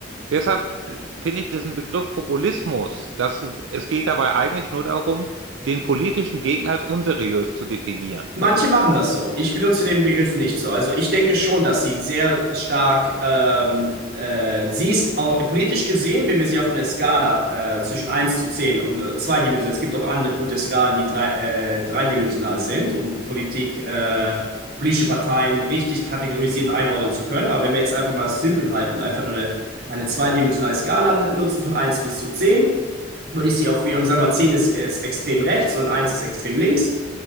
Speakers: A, on the right; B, on the right.
A: deshalb äh, finde ich diesen Begriff Populismus, dass es geht dabei eigentlich nur darum, den politischen Gegner als unseriös zu definieren.
B: Manche machen das so. Ich benutze den Begriff nicht so. Also ich denke schon, dass sie sehr stark, ähm, äh, sie ist auch politisch gesehen, wenn wir sie auf einer Skala äh, zwischen eins zu 10, und äh, zweidimensional, es gibt auch andere gute Skalen, die drei, äh, dreidimensional sind, um Politik, äh, politische Parteien richtig kategorisieren, einordnen zu können. Aber wenn wir jetzt einfach mal simpel halten, einfach nur eine, eine zweidimensionale Skala nutzen von eins bis zu 10, würde ich sie auf, und sagen wir mal, 10 ist, ist extrem rechts und eins ist extrem links